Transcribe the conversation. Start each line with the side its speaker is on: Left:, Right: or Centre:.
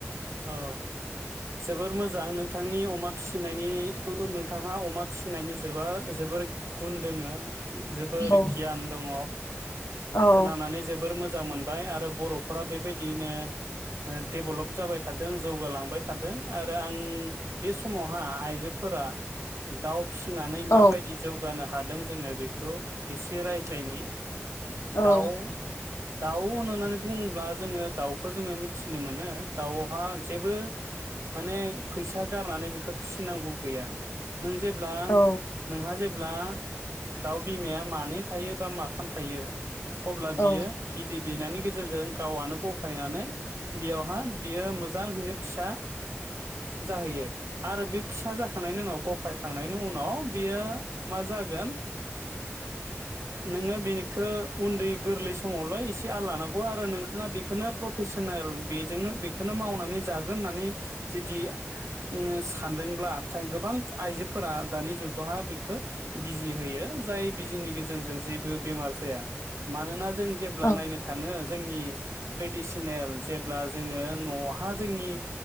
Right: ओ जोबोर मोजां नोंथांनि अमा फिसिनायनि ओ ओ नोंथांहा अमा फिसिनायनि जोबा जोबोर गुन दोंङो । जोबोर
Left: औ
Right: गियान दंङ,
Left: औ
Right: खोनानानै जोबोर मोज मोजां मोनबाय आरो बर'फोरा बे बायदिनो ओ दे'ब्लब जाबाय थादों जौगालांबाय थादों आरो आं बे समावहा आइजो फोरा दाव फिसिनानै माबायदि
Left: औ
Right: जौगानो हादों जोंङो बेखौ एसे रायज्लायनि
Left: औ
Right: दाव दाव होननानानै बुंङोब्ला जोंङो दावखौ जोंङो मिथिनो मोनो दाव बा ओन से बो माने फैसा गारनानै बेखौ फिसिनांगौ गैया। नों जेब्ला
Left: औ
Right: नोंहा जेब ब्ला दाव बिमाया मानै थायो बा माथाम थायो अब्ला बियो
Left: औ
Right: बिदिद दै नायनि गेजेरजों गावनो गफायनानै बेयावहा बियो मोजां हैनो फिसा जाहैयो, आरो बे फिसा जाखांनायनि उनाव गफाय खांनायनि उनाव बियो मा जागोन नोंङो बिखो उन्दै गोरलै समाव ल' आल लानांगौ आरो नोंखांया बिखोनो फ्रफिसेेनेल बेजोंनो बे खौनो मावनानै जागोन होननानै जुदि उम सानदोंब्ला खाय गोबां आइजोफोरा दानि जुगावहा बे खो बिजि होयो जाय बिजिनि गेजेर जों जेबो बेमार जाया मानोना जों जेब्ला
Left: औ
Right: नायनो थांङो जोंनि ट्रेडिसनेल जेब्ला जोंङो न'हा जोंनि